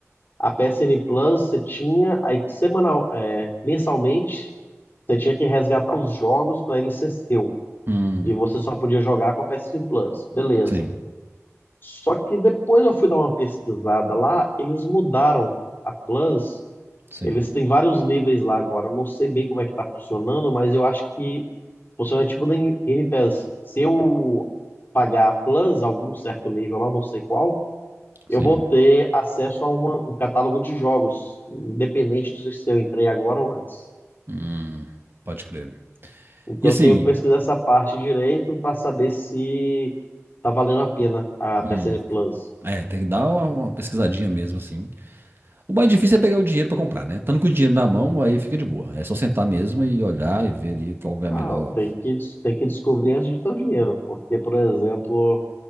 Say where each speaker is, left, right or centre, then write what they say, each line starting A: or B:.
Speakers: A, on the left; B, on the right.
A: a PSN Plus você tinha aí semanal, é, mensalmente, você tinha que resgatar os jogos para ele ser seu.
B: Hum,
A: E você só podia jogar com a PSN Plus. Beleza.
B: sim,
A: Só que depois eu fui dar uma pesquisada lá, eles mudaram a Plus.
B: sim,
A: Eles têm vários níveis lá agora. Eu não sei bem como é que tá funcionando, mas eu acho que funciona tipo da Game Pass. Se eu pagar a Plus, algum certo nível lá, não sei qual, eu
B: sim.
A: vou ter acesso a uma- um catálogo de jogos, independente de se eu entrei agora ou antes.
B: Hum, pode crer.
A: Então
B: E assim,
A: eu tenho que pesquisar essa parte direito para saber se tá valendo a pena a PSN
B: hum,
A: Plus.
B: é, tem que dar uma, uma pesquisadinha mesmo, assim. O mais difícil é pegar o dinheiro pra comprar, né? Estando com o dinheiro na mão, aí fica de boa. É só sentar mesmo e olhar e ver ali qual
A: Não,
B: é a melhor.
A: tem que, tem que descobrir antes de ter o dinheiro, porque, por exemplo,